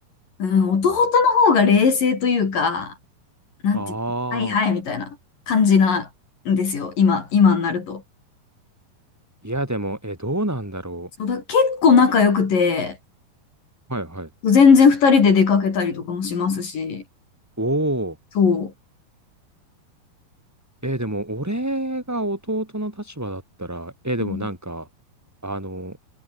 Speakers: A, on the left (about 55°); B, in the centre.
A: うん、弟の方が冷静というか、なんていうの、
B: あ
A: はいはいみたいな感じなんですよ、
B: あ。
A: 今、今になると。
B: いや、でも、え、どうなんだろ
A: そうだ、結構仲良くて、
B: う。はいはい。
A: 全然二人で出かけたりとかもしますし、
B: おお。
A: そ
B: え、でも、俺が弟の立場だったら、え、でもなんか、
A: う。うん、
B: あの、